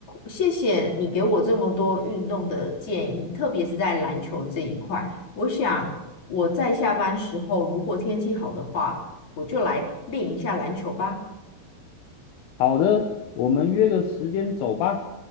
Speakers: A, on the left (about 40°); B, on the left (about 85°).
A: 谢谢你给我这么多运动的建议，特别是在篮球这一块。我想我在下班时候，如果天气好的话，我就来练一下篮球吧。
B: 好的，我们约个时间走吧。